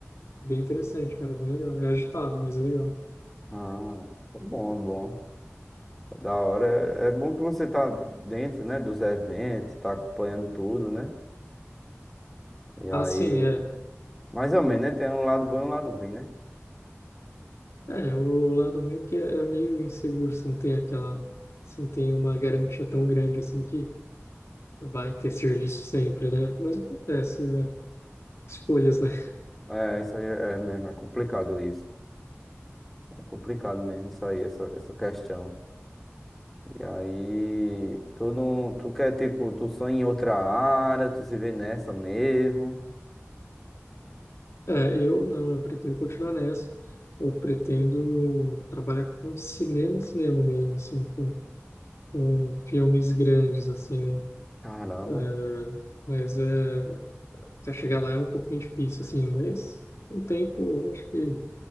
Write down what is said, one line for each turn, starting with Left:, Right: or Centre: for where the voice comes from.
Left: é bem interessante, cara, bem legal. É agitado, mas é legal.
Centre: Ah, é bom, é bom. Da hora. É, é bom que você tá dentro, né, dos eventos, tá acompanhando tudo, né? E aí,
Left: Ah, sim, é.
Centre: mais ou menos, né? Tem um lado bom e um lado ruim, né?
Left: É, o lado ruim é que é meio inseguro, você não tem aquela, você não tem uma garantia tão grande assim que vai ter serviço sempre, né? Mas acontece, né? Escolhas, né?
Centre: É, isso aí é mesmo, é complicado isso. É complicado mesmo isso aí, essa, essa questão. E aí, tu não, tu quer, tipo, tu sonha em outra área, tu se vê nessa mesmo.
Left: É, eu não, eu pretendo continuar nessa. Eu pretendo trabalhar com cinema, cinema mesmo, assim, com, com filmes grandes, assim, né?
Centre: Caramba.
Left: É, mas é. Você chegar lá é um pouquinho difícil, assim, mas com o tempo acho que